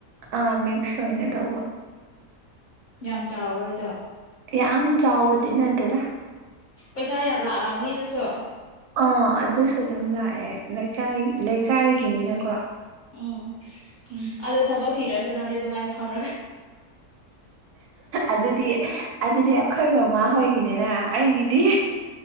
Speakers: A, on the right; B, on the left.
A: ꯑ ꯃꯦꯛꯦꯛꯁꯣ ꯑꯣꯏꯅꯅꯦ ꯇꯧꯕ
B: ꯌꯥꯝ ꯆꯥꯎꯕ꯭ꯔ ꯑꯗꯣ
A: ꯌꯥꯝꯝ ꯆꯥꯎꯕꯗꯤ ꯅ ꯇꯦꯗ
B: ꯄꯩꯁꯥ ꯍꯅ ꯂꯥꯛꯔꯝꯒꯅꯤ ꯑꯗꯨꯁꯨ
A: ꯑ ꯑꯗꯨ ꯁꯨ ꯑꯗꯨꯝ ꯂꯥꯛꯑꯦ ꯂꯩꯀꯥꯏ ꯂꯩꯀꯥꯏꯒꯤꯅꯤꯅꯀꯣ
B: ꯎꯝ
A: ꯎꯝ
B: ꯑꯗ ꯊꯕꯁꯤ ꯁꯨ ꯅꯪ ꯑꯗꯨꯃꯥꯏꯅ ꯐꯝ
A: ꯑꯗꯨꯗꯤ ꯑꯗꯨꯗꯤ ꯑꯩꯈꯣꯏ ꯃꯃꯥ ꯍꯣꯏꯒꯤꯅꯤ ꯏꯅꯥ ꯑꯩꯒꯤꯗꯤ